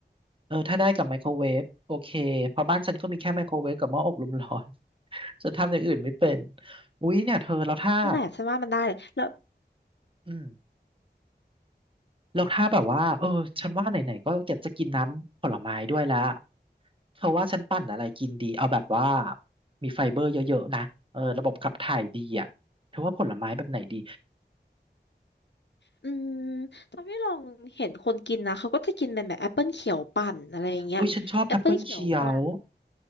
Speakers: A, on the right; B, on the left.
A: เออถ้าได้กับไมโครเวฟโอเคเพราะบ้านฉันก็มีแค่ไมโครเวฟกับหม้ออบลมร้อน <laughs> ฉันทำอย่างอื่นไม่เป็นอุ๊ยเนี่ยเธอแล้วถ้า
B: นั่นแหละฉันว่ามันได้เลยแล้ว
A: อืมแล้วถ้าแบบว่าเออฉันว่าไหนๆก็อยากจะกินน้ำผลไม้ด้วยแล้วเธอว่าฉันปั่นอะไรกินดีเอาแบบว่ามีไฟเบอร์เยอะๆนะเออระบบขับถ่ายดีอ่ะเธอว่าผลไม้แบบไหนดี
B: อืมตอนที่ลองเห็นคนกินนะเขาก็จะกินเป็นแบบแอปเปิลเขียวปั่นอะไรอย่างเงี้ยแอปเปิลเขียวปั่น
A: อุ๊ยฉันชอบแอปเปิลเขียว